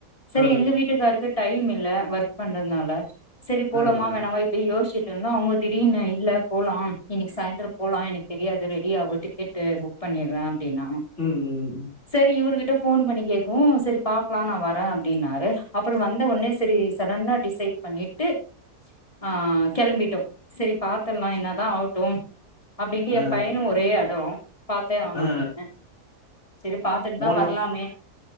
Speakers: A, on the left; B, on the left.
A: சரி
B: ஆ
A: எங்க வீட்டுக்காரருக்கு டைம் இல்ல ஒர்க் பண்றதுனால சரி போலமா
B: ஆ ஆ
A: வேணாமா அப்டி யோசிச்சட்ருந்தோ அவங்க திடீனு இல்ல போலா இன்னைக்கி சாயந்திர போலா எனக்கு தெரியாது ரெடி ஆவு டிக்கெட் டு புக் பண்ணிறே அப்படின்னா
B: ம் ம்
A: செரி இவருகிட்ட ஃபோன் பண்ணி கேட்கவு செரி பாக்கலா நா வரே அப்டின்னாரு அப்றோ வந்த ஒனே செரி சடன்னா டிசைட் பண்ணிட்டு ஆ கெளம்பிட்டோ செரி பாத்தர்லா என்ன தா ஆவட்டு அப்டின்ட்டு ஏ
B: ஆ
A: பையனு ஒரே அடோ பாத்தே ஆவனுன்ட்டு
B: ஆ
A: செரி பாத்துட்டு
B: போனோ
A: தா வரலாமே